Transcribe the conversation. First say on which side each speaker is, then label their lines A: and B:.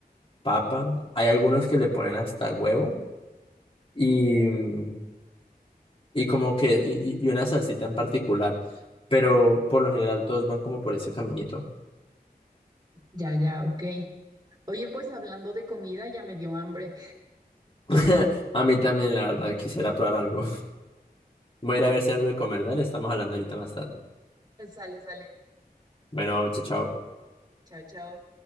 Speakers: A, on the left (about 35°); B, on the right (about 25°).
A: papa. Hay algunos que le ponen hasta huevo y,
B: Oh,
A: mm, y como que, y, y y una salsita en particular. Pero por lo general todos van como por ese caminito.
B: Ya, ya, ok. Oye, pues hablando de comida, ya me dio hambre.
A: <laughs> A mí también, la verdad, quisiera probar algo. Voy a ir a ver si hay algo de comer, dale, estamos hablando ahorita más tarde.
B: <laughs> Sale, sale.
A: Bueno, chao, chao.
B: Chao, chao.